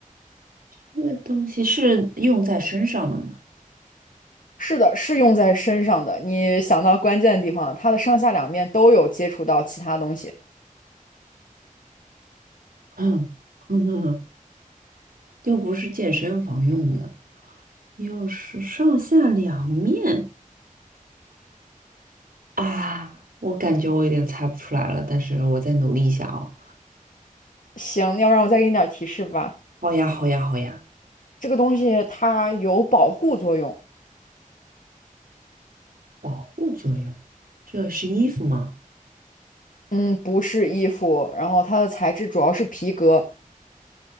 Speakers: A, on the right (about 85°); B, on the left (about 65°).
A: 这个东西是用在身上的吗？<laughs>
B: 是的，是用在身上的。你想到关键的地方了，它的上下两面都有接触到其他东西。
A: 嗯嗯，又不是健身房用的。又是上下两面啊！我感觉我有点猜不出来了，但是我再努力一下哦。
B: 行，要不然我再给你点儿提示吧。
A: 好呀，好呀，好呀！
B: 这个东西它有保护作用，
A: 保护作用，这是衣服吗？
B: 嗯，不是衣服，然后它的材质主要是皮革，